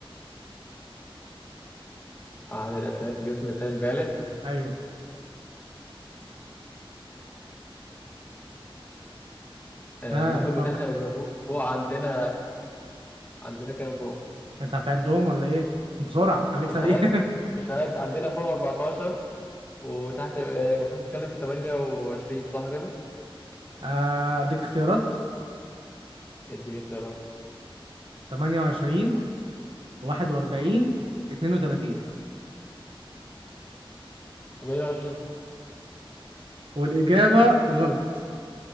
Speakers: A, on the left; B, on the right.
A: عدد الأسنان في جسم الإنسان البالغ
B: ايوه
A: آه،
B: ها
A: المفروض
B: فكر
A: إن إحنا يبقى فوق, فوق عندنا عندنا كام فوق؟
B: انت هتعدهم ولا ايه بسرعه خليك
A: مش
B: سريع
A: عاد مش عاد عندنا فوق 14 وتحت آه، المفروض تتكلم في 28 صح كده؟
B: <laughs> آه، اديك اختيارات
A: اديني اختيارات
B: 28 41 32
A: 28
B: والاجابه غلط